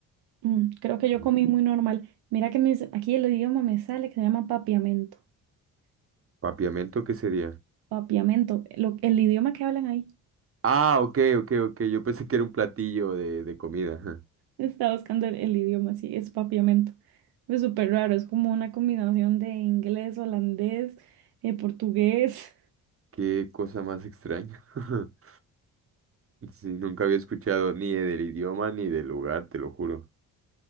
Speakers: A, on the right; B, on the right.
A: Mm, creo que yo
B: Ujú.
A: comí muy normal. Mira que me dice- aquí el idioma me sale que se llama papiamento.
B: ¿Papiamento qué sería?
A: Papiamento, lo- el idioma que hablan ahí. <laughs>
B: Ah, ok, ok, ok. Yo pensé que era un platillo de, de comida.
A: Estaba buscando el, el idioma, sí, es papiamento. Es súper raro, es como una combinación de inglés, holandés, eh, portugués.
B: Qué cosa más extraña. <laughs> Sí, nunca había escuchado ni del idioma ni del lugar, te lo juro.